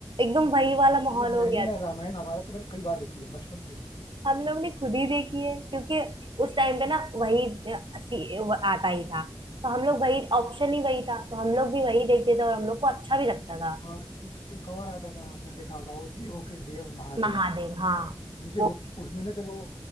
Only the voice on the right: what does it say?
एकदम वही वाला माहौल
हो
गया
था
हम लोग ने खुद ही देखी है क्योंकि उस टाइम पे ना वही अ, सी- वो आता ही था तो हम लोग वही ऑप्शन ही वही था तो हम लोग भी वही देखते थे और हम लोग को अच्छा भी लगता था
महादेव हाँ
वो